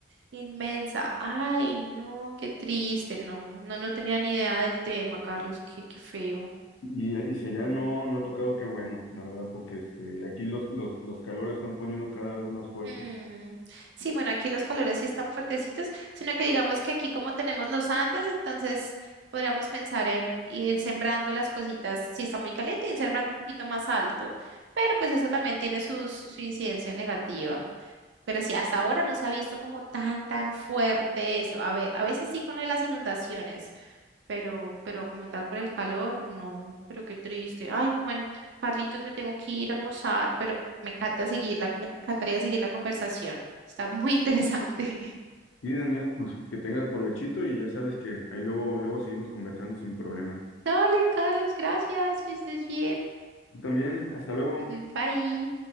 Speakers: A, on the right; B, on the left.
A: inmensa. Ay, no, qué triste, no, no, no tenía ni idea del tema, Carlos, qué, qué feo.
B: Y, y si allá no, no ha tocado, qué bueno, la verdad, porque este, aquí los, los, los calores están poniendo cada vez más fuertes.
A: Mm, Sí, bueno, aquí los calores sí están fuertecitos, sino que digamos que aquí como tenemos los Andes, entonces podríamos pensar en ir sembrando las cositas, si está muy caliente, ir sembrando un poquito más alto, pero pues eso también tiene sus- su incidencia negativa. Pero sí, hasta ahora no se ha visto como tan, tan fuerte eso. A ve- a veces sí con lo de las inundaciones, pero, pero como tal por el calor, no, pero qué triste. Ay, bueno, Carlitos, me tengo que ir a almorzar, pero me encanta seguirla, me encantaría seguir la conversación. Está muy interesante. <laughs>
B: sí Daniela, pues que tengas provechito y ya sabes que ahí luego, luego seguimos conversando sin problema.
A: Dale, Carlos, gracias, que estés bien.
B: Tú también, hasta luego.
A: <laughs> Bye.